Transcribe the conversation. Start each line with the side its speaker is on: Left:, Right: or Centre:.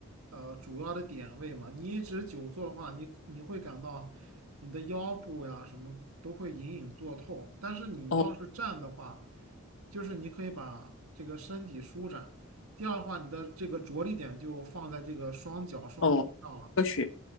Right: 呃，主要的点位嘛。你一直久坐的话，你你会感到你的腰部呀什么都会隐隐作痛。但是你要是站的话，
Left: 哦
Right: 就是你可以把这个身体舒展。第二的话，你的这个着力点就放在这个双脚、双腿上了。
Left: 哦，科学